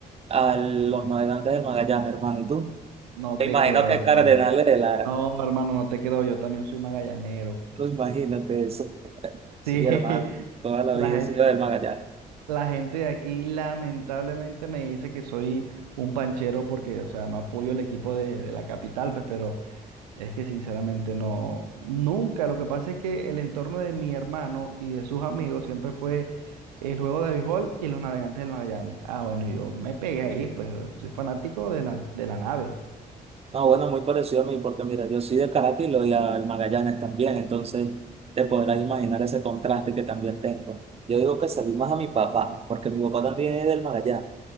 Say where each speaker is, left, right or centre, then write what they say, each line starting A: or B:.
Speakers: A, on the right; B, on the right.
A: A los navegantes de Magallanes, hermano, ¿y tú?
B: No
A: Me
B: te
A: imagino
B: creo,
A: que
B: hermano.
A: Cardenales de Lara,
B: No, hermano, no te creo, yo también soy magallanero.
A: no imagínate eso. Sí,
B: Sí,
A: hermano,
B: <laughs>
A: toda la
B: la,
A: vida
B: gen-
A: he sido del Magallanes.
B: la gente de aquí lamentablemente me dice que soy un panchero porque, o sea, no apoyo el equipo de, de la capital, pues, pero es que sinceramente no, nunca. Lo que pasa es que el entorno de mi hermano y de sus amigos siempre fue el juego de béisbol y los navegantes del Magallanes. Ah, bueno, yo me pegué ahí, pues soy fanático de la, de la nave,
A: No, bueno, muy parecido a mí, porque mira, yo soy de Caracas y lo y al Magallanes también, entonces te podrás imaginar ese contraste que también tengo. Yo digo que salí más a mi papá, porque mi papá también es del Magallanes.